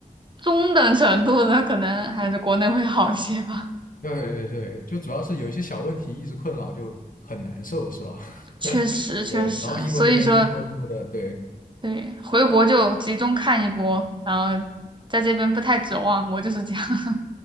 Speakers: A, on the right; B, on the left.
A: 中等程度的，可能还是国内会好一些吧。
B: 对对对，就主要是有一些小问题一直困扰，就很难受，是吧？
A: 确实，
B: <laughs>
A: 确实，
B: 对，然后英国这边一拖一拖的，
A: 所以说。
B: 对，
A: 对，回国就集中看一波，然后在这边不太指望，我就是这样。<laughs>